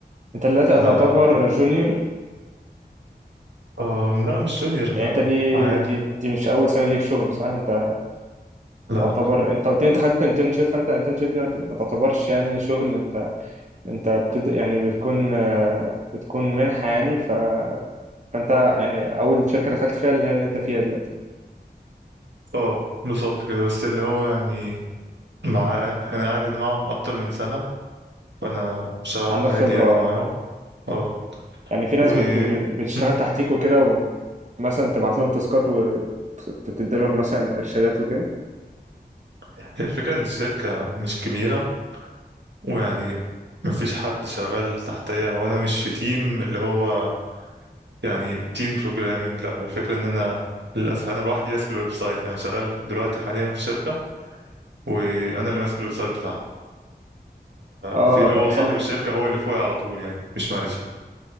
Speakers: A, on the right; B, on the right.
A: انت دلوقتي
B: انا
A: هتعتبر جونيور
B: أم لا مش جونيور انا
A: يعني انت دي
B: عادي
A: دي دي مش اول سنه ليك شغل صح انت
B: لا
A: تعتبر انت قلت لي انت خدت انترنشيب فانت انترنشيب دي ما ت- ما تعتبرش يعني شغل انت انت بتد... يعني بتكون آه، بتكون منحه يعني ف... فانت يعني اول شركه دخلت فيها اللي هي اللي انت فيها دلوقتي
B: اه بالظبط كده بس اللي هو يعني مع انا قاعد هنا معاهم اكتر من سنة فانا شغال
A: عندك
B: عادي
A: خبره
B: يعني معاهم اه
A: يعني في ناس
B: و
A: بت... بت- بتشتغل
B: م.
A: تحتيك وكده ومثلا تبعت لهم تاسكات وتدي لهم مثلا ارشادات وكده
B: هي الفكرة ان الشركة مش كبيرة ويعني مفيش حد شغال تحتيا هو انا مش في تيم اللي هو يعني تيم بروجرامنج لا هو الفكرة ان انا للاسف انا لوحدي ماسك الويب سايت يعني شغال دلوقتي حاليا في شركة وانا اللي ماسك الويب سايت بتاعها
A: اه
B: في اللي
A: طب
B: هو
A: حلو
B: صاحب الشركة هو اللي فوقي على طول يعني مش مانجر